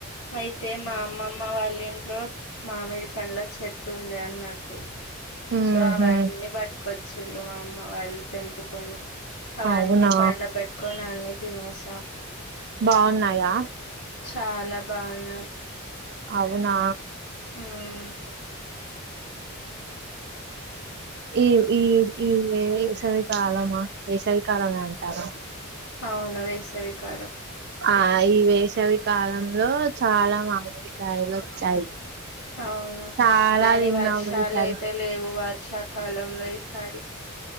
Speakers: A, on the left (about 70°); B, on the right (about 50°).
A: అయితే మా అమ్మమ్మ వాళ్ళ ఇంట్లో మామిడి పండ్ల చెట్టు ఉంది అన్నట్టు
B: ఉహు
A: సో అవన్నీ పట్టుకొచ్చి మా అమ్మ వాళ్ళు తెంపుకొని అవన్నీ
B: అవునా
A: పండ పెట్టుకొని అన్ని తినేసాం
B: వున్నాయా
A: చాలా బాగున్నాయి
B: అవునా
A: హమ్
B: ఈ ఈ ఈ వేసవి కాలమా వేసవికాలమే అంటారా
A: అవును వేసవి కాలం
B: ఆ ఈ వేసవి కాలంలో చాలా మామిడి కాయలు వచ్చాయి
A: అవును
B: చాలా
A: కానీ
B: తిన్నాము
A: వర్షాలు
B: ఈసారి
A: అయితే లేవు వర్ష వర్ష కాలంలో ఈసారి